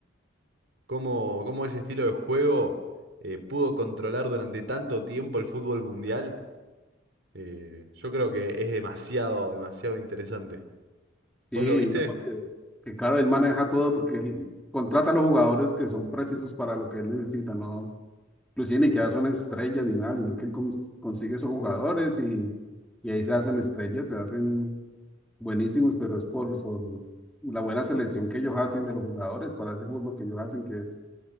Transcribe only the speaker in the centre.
Sí,
no, que claro, él maneja todo porque él contrata a los jugadores que son precisos para lo que él necesita, ¿no? Inclusive ni que ya son estrellas ni nada, sino que él cons- consigue esos jugadores y, y ahí se hacen estrellas, se hacen buenísimos, pero es por, por la buena selección que ellos hacen de los jugadores para ese fútbol que ellos hacen, que es,